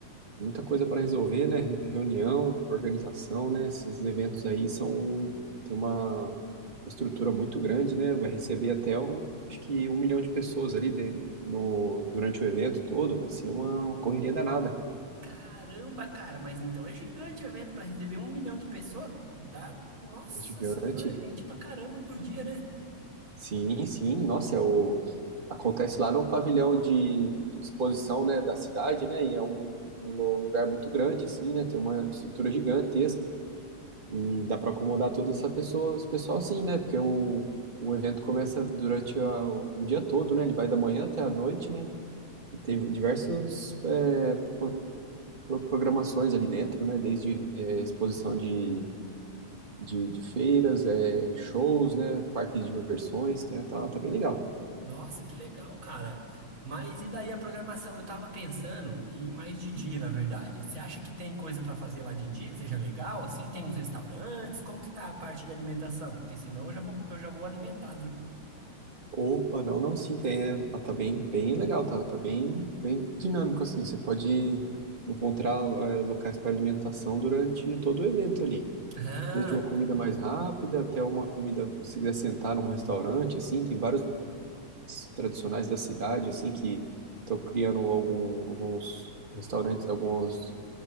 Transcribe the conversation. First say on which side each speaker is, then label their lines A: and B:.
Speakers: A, on the right; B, on the right.
A: Muita coisa para resolver, né? Reunião, organização, né? Esses eventos aí são. Tem uma, uma estrutura muito grande, né? Vai receber até um, acho que um milhão de pessoas ali de- no, durante o evento todo. Vai ser uma, uma correria danada.
B: Caramba, cara, mas então é gigante o evento para receber um milhão de pessoas. Dá, nossa
A: É gigante.
B: senhora, gente pra caramba por dia, né?
A: Sim, sim, nossa, é o... acontece lá no pavilhão de, de exposição, né, da cidade, né, e é um, um lu- um lugar muito grande, assim, né, tem uma estrutura gigantesca, e dá para acomodar toda essa pessoa, esse pessoal, sim, né, porque o, o evento começa durante a- o dia todo, né, ele vai da manhã até a noite, né, e tem diversas é, po- pro- programações ali dentro, né, desde é, exposição de, de, de feiras, é, shows, né, parques de diversões, tá, tá tá bem legal.
B: Nossa, que legal, cara. Mas e daí a programação? Eu tava pensando em mais de dia, na verdade. Você acha que tem coisa pra fazer lá de dia que seja legal? Assim, tem uns restaurantes? Como que tá a parte de alimentação? Porque senão eu já vou, eu já vou alimentado, né?
A: Opa, não, não, sim, tem, é, tá tá bem, bem legal, tá, tá bem, bem dinâmico, assim, você pode encontrar é, locais para alimentação durante todo o evento ali,
B: Ah,
A: desde uma
B: então
A: comida
B: boa.
A: mais rápida até uma comida, se quiser sentar num restaurante, assim, tem vários tradicionais da cidade, assim, que estão criando algum, alguns restaurantes, alguns